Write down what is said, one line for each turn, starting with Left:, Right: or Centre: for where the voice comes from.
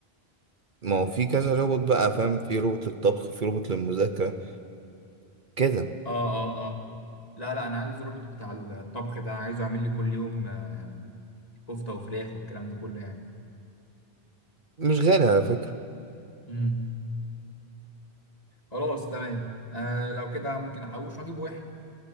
Right: ما هو في كذا روبوت بقى فاهم في روبوت للطبخ في روبوت للمذاكرة كده
Left: اه اه اه لا لا انا عايز روبوت بتاع الطبخ ده عايزه يعمل لي كل يوم آه، كفته وفراخ والكلام ده كله يعني
Right: مش غالي على فكرة
Left: امم خلاص تمام آه لو كده ممكن احوش واجيب واحد